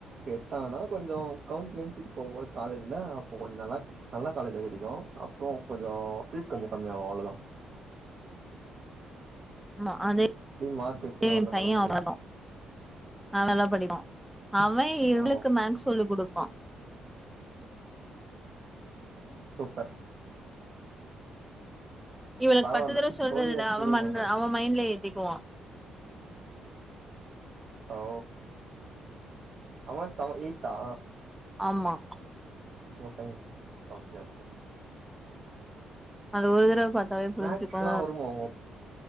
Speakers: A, on the right; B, in the centre.
A: எடுத்தாங்கன்னா கொஞ்சம் கவுன்சிலிங்க் போட்டா காலேஜ்ல அப்போ கொஞ்சம் நல்லா நல்லா காலேஜா கிடைக்கும் அப்புறம் கொஞ்சம் பீஸ் கொஞ்சம் கம்மி ஆகும் அவ்ளவுதான்
B: ஆ அத
A: மார்க் வச்சுன்னு
B: தேவ
A: ஒண்ணு
B: பையன்
A: பண்ண முடியாது
B: அவரடான் அவலை படிவான் அவன் இவளுக்கு
A: ஆ
B: மேக்ஸ் சொல்லிக் கொடுப்பான் <inaudible>
A: சூப்பர்
B: இவளுக்கு
A: பரவால்ல
B: பத்து தடவை சொல்றதுடா
A: சோல்லியாச்சு
B: அவ
A: குடுக்குறாங்களே
B: அவன் மைண்ட்ல இரு போவா.
A: ஓ அமர் அவ எயித்தா.
B: ஆமா.
A: உங்க பைய ஓக்கே ஓக்கே.
B: அது ஒரு தடவ பாத்தாவே புரிஞ்சுக்குவா.
A: மேக்ஸ்லா வருமா உங்க